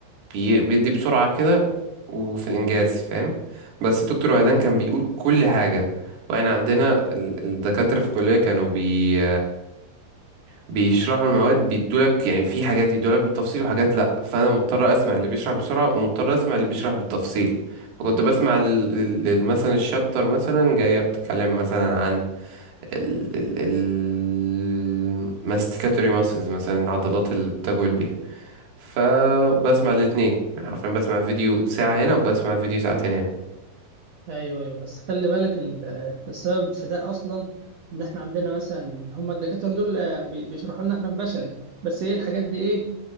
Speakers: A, on the right (about 70°); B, on the right (about 85°).
A: بي بيدي بسرعة كده وفي الانجاز فاهم بس الدكتور وهدان كان بيقول كل حاجة واحنا عندنا ال- الدكاترة في الكلية كانوا بي بيشرحوا المواد بيدولك يعني في حاجات يدولك بالتفصيل وحاجات لا فانا مضطر اسمع اللي بيشرح بسرعه ومضطر اسمع اللي بيشرح بالتفصيل فكنت
B: ايوه
A: بسمع ال- ال- ال- مثلا الشابتر مثلا جايه بتتكلم مثلا عن الماستيكاتوري ماسلز مثلا العضلات اللي بتجول بيها فبسمع الاثنين انا حرفيا بسمع فيديو ساعه هنا وبسمع فيديو ساعتين هنا
B: ايوه ايوه بس خلي بالك ال- السبب في ده اصلا ان احنا عندنا مثلا هم الدكاتره دول آه، بي- بيشرحوا لنا احنا في بشري بس ايه الحاجات دي ايه